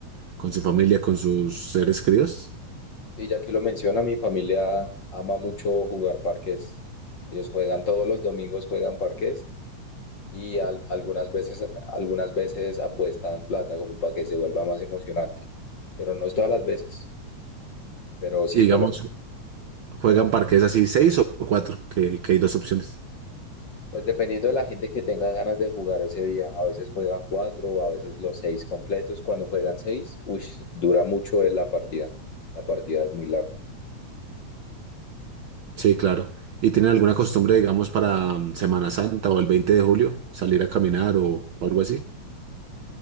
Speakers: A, on the right (about 65°); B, on the left (about 50°).
A: con su familia, con sus seres queridos.
B: Y ya que lo menciona, mi familia ama mucho jugar parques. Ellos juegan todos los domingos, juegan parques y al- algunas veces, algunas veces apuestan plata como para que se vuelva más emocionante. Pero no es todas las veces, pero sí,
A: Y digamos,
B: por lo
A: juegan parques así seis o cuatro, que, que hay dos opciones.
B: Pues dependiendo de la gente que tenga ganas de jugar ese día, a veces juegan cuatro, a veces los seis completos. Cuando juegan seis, ush, dura mucho en la partida. La partida es muy larga.
A: Sí, claro. ¿Y tienen alguna costumbre, digamos, para mm, Semana Santa o el 20 de julio, salir a caminar o, o algo así?